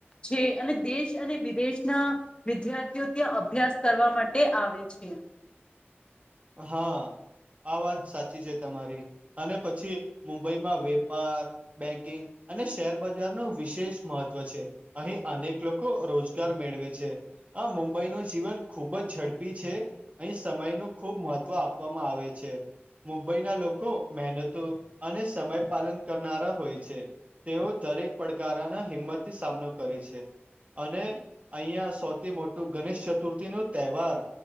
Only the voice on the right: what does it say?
હા આ વાત સાચી છે તમારી અને પછી મુંબઈમાં વેપાર બેંકિંગ અને શેરબજાર નો વિશેષ મહત્ત્વ છે. અહીં અનેક લોકો રોજગાર મેળવે છે. હા મુંબઈનું જીવન ખુબ જ ઝડપી છે અહીં સમયનું. ખૂબ મહત્ત્વ આપવામાં આવે છે. મુંબઈના લોકો મહેનતો અને સમય પાલન કરનારા હોય છે. તેઓ દરેક પડકારના હિંમતથી સામનો કરે છે. અને અહં સૌથી મોટું ગણેશ ચતુર્થી નું તહેવાર